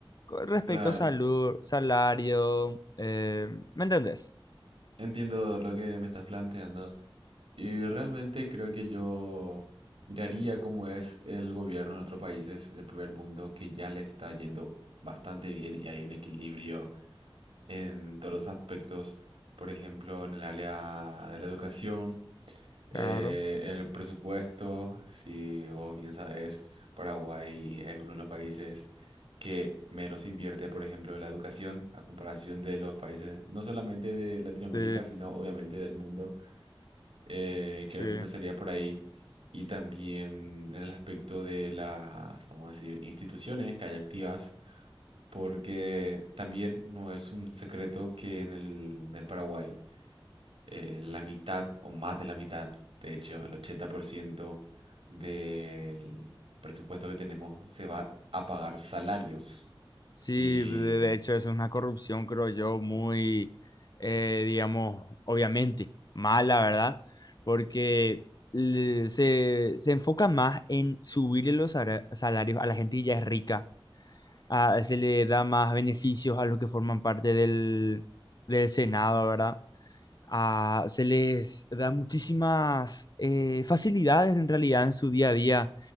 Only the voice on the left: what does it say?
Con Respecto
a salud, salario, eh, ¿me entendés?
Claro,
sí,
sí.
Sí,
de de hecho es una corrupción, creo yo, muy, eh, digamos, obviamente mala, ¿verdad? Porque le- se, se enfoca más en subirle los sara- salarios a la gente que ya es rica, a- se le da más beneficios a los que forman parte del, del Senado, ¿verdad? ah, se les da muchísimas eh, facilidades en realidad en su día a día,